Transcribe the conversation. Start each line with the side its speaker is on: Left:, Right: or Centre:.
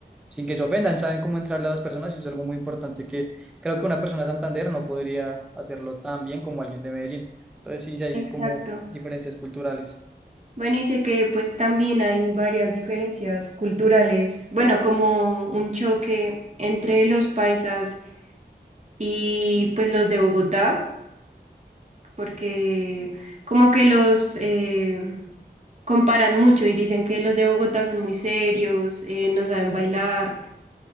Centre: sin que se ofendan. Saben cómo entrarle a las personas y es algo muy importante que creo que una persona de Santander no podría hacerlo tan bien como alguien de Medellín. Entonces sí, sí hay
Right: exacto.
Centre: como diferencias culturales.
Right: Bueno, y sé que pues también hay varias diferencias culturales, bueno, como un choque entre los paisas y pues los de Bogotá, porque como que los, eh, comparan mucho y dicen que los de Bogotá son muy serios, eh, no saben bailar,